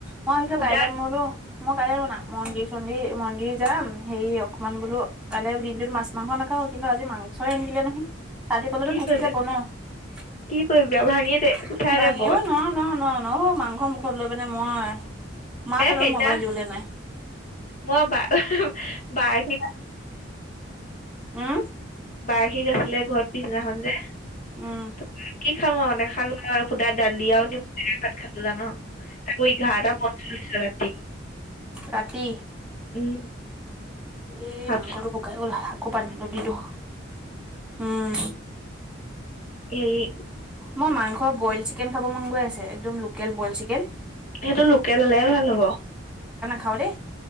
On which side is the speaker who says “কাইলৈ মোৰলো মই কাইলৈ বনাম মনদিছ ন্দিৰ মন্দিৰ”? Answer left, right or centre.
Centre